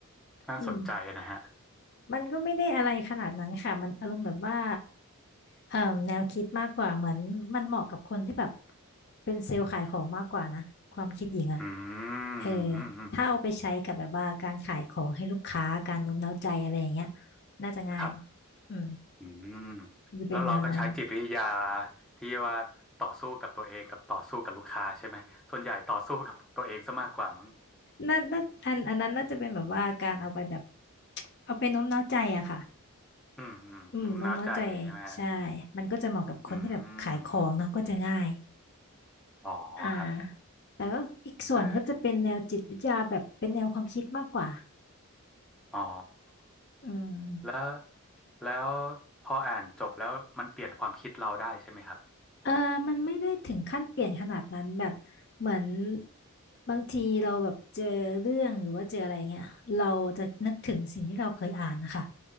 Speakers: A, in the centre; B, on the left (about 50°).
A: น่าสนใจนะฮะ
B: อืม มันก็ไม่ได้อะไรขนาดนั้นค่ะมันอารมณ์แบบว่าเอ่อแนวคิดมากกว่าเหมือนมันเหมาะกับคนที่แบบเป็นเซลล์ขายของมากกว่านะ ความคิดหญิงอะ
A: อื
B: เออ
A: มอืมอืม
B: ถ้าเอาไปใช้กับแบบว่าการขายของให้ลูกค้าการโน้มน้าวใจอะไรอย่างเงี้ยน่าจะง่าย
A: ครับ
B: อืม
A: อืม
B: จะเป็นแนวนั้น
A: แล้วเราก็ใช้จิตวิทยาที่ว่าต่อสู้กับตัวเองกับต่อสู้กับลูกค้าใช่ไหมส่วนใหญ่ต่อสู้กับตัวเองซะมากกว่ามั้ง
B: น่าน่าอันอันนั้นน่าจะเป็นแบบว่าการเอาไปแบบ
A: <laughs>
B: เอาไปโน้มน้าวใจอะค่ะ
A: อืมอืมงุ้มน้าวใจใช่ไหมฮะ
B: อืมโน้มน้าวใจใช่ มันก็จะเหมาะกับคนที่แบบขายของเนาะก็จะง่าย
A: อืมอ๋อครับ
B: อ่าแต่ก็อีกส่วนก็จะเป็นแนวจิตวิทยาแบบเป็นแนวความคิดมากกว่า
A: เอออ๋อ
B: อืม
A: แล้วแล้วพออ่านจบแล้วมันเปลี่ยนความคิดเราได้ใช่ไหมครับ
B: เออมันไม่ได้ถึงขั้นเปลี่ยนขนาดนั้นแบบเหมือนบางทีเราแบบเจอเรื่องหรือว่าเจออะไรเงี้ยเราจะนึกถึงสิ่งที่เราเคยอ่านนะคะ